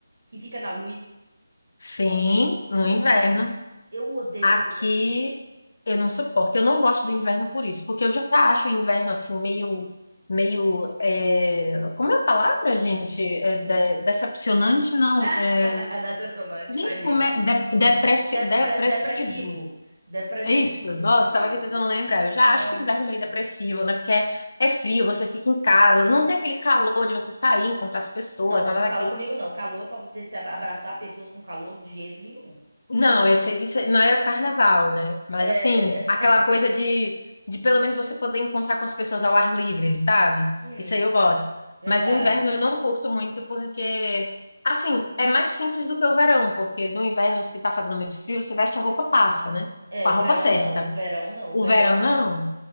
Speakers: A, on the right; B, on the left.
A: que fica na luz.
B: Sim,
A: É,
B: no
A: nossa,
B: inverno.
A: eu odeio
B: Aqui
A: aquele mosquito.
B: eu não suporto. Eu não gosto do inverno por isso, porque eu já acho o inverno assim meio, meio, é, como é a palavra, gente? É
A: Meu
B: de-
A: Deus.
B: decepcionante, não? É,
A: <laughs> Decepcionante,
B: gente,
A: tadinho.
B: como é de- depressi-
A: Depre-
B: depressivo?
A: depressivo. Depressivo.
B: É isso. Nossa, estava aqui tentando lembrar. Eu já
A: Nossa.
B: acho o inverno meio depressivo, né? Porque é, é frio, você fica em casa, não tem aquele calor de você sair, encontrar as pessoas,
A: Não, mas
B: nada
A: não
B: daquilo.
A: fala comigo, não. Calor pra você se ab- abraçar pessoas com calor de jeito nenhum.
B: Não, esse, isso não é o carnaval, né? Mas
A: É,
B: assim, aquela
A: é...
B: coisa de, de pelo menos você poder encontrar com as pessoas ao ar livre, sabe?
A: <laughs> Hum,
B: Isso aí eu gosto.
A: verdade.
B: Mas o inverno eu não curto muito porque, assim, é mais simples do que o verão, porque no inverno, se tá fazendo muito frio, você veste a roupa passa, né?
A: É,
B: Com
A: o
B: a roupa
A: verão
B: certa.
A: não, o verão não,
B: O
A: o verão.
B: verão, não.